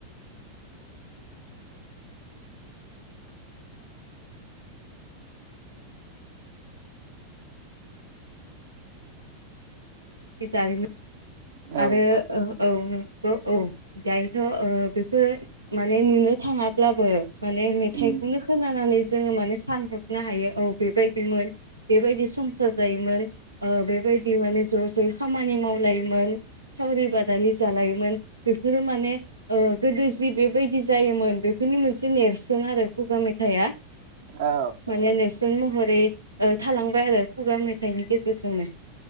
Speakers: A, on the right; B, on the right.
A: जारिमिन
B: औ
A: आरो औ औ औ औ औ दायोथ ओ बेफोरथ माने नुनो थाङाब्लाबो माने मेथाइखौनो
B: उम
A: खोनानानै जोङो माने सानहरनो हायो औ बेबायदिमोन बेबायदि संसार जायोमोन बेबायदि माने ज' जयै खामानि मावलायोमोन सावरि बादालि जालायोमोन बेफोरो माने ओ गोदो जि बेबायदि जायोमोन बेफोरनि मोनसे नेरसोन आरो खुगा मेथाइआ
B: औ
A: माने नेर सोन महरै थालांबाय आरो खुगा मेथाइनि गेजेरजोंनो ।